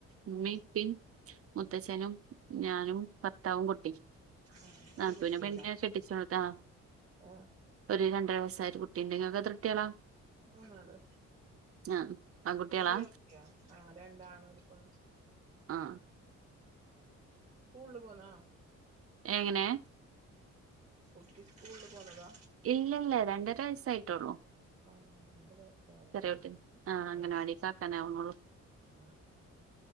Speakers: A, on the right (about 50°); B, on the right (about 20°).
A: ഉമ്മി
B: എന്താ
A: പ്പി മുത്തച്ഛനും ഞാനും ഭർത്താവും കുട്ടിം
B: ആ ഒരു
A: നാത്തൂനെ
B: കുട്ടിയല്ലേ
A: പിന്നെ കെട്ടിച്ചോട്താ
B: ആ
A: ഒരു രണ്ടര വസ്സായ കുട്ടിണ്ട് ഇങ്ങക്ക് എത്ര കുട്ടികളാ
B: മൂന്നാള്
A: ആ ആൺകുട്ടികളാ
B: ചെറിയ കുട്ടിയാ ആ രണ്ടാണ് ഒരു പെണ്ണ്
A: ആ
B: സ്കൂളില് പോന്നാ
A: എങ്ങനെ
B: കുട്ടി സ്കൂളിൽ പോണതാ
A: ഇല്ല ഇല്ല രണ്ടര വയസ്സായിട്ടുള്ളൂ
B: ആഹ് രണ്ടര വയസ്സായതാ
A: ചെറിയ കുട്ടി ആ അംഗനവാടി
B: അതെ
A: കാക്കാൻ ആവണ് ഉള്ളൂ
B: ആ